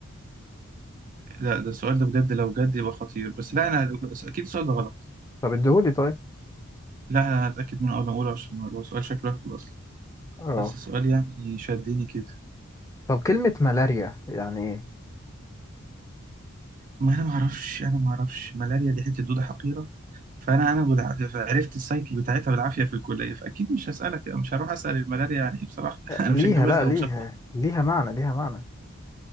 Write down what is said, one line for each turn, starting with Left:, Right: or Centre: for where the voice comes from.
Right: لا ده السؤال ده بجد لو جد يبقى خطير بس لا انا اكيد السؤال ده غلط
Left: طب اديهولي طيب
Right: لا انا هتاكد منه قبل ما اقوله عشان هو سؤال شكله هبل اصلا
Left: اه
Right: بس السؤال يعني شدني كده
Left: طب كلمة ملاريا يعني إيه؟
Right: ما انا ما اعرفش انا ما اعرفش ملاريا دي حته دوده حقيره فانا انا بالع... عرفت السايكل بتاعتها بالعافيه في الكليه فاكيد مش هسالك مش هروح اسال الملاريا يعني ايه بصراحه <laughs> انا
Left: ليها
Right: مش هتجوزها
Left: لا ليها
Right: او مش
Left: ليها معنى ليها معنى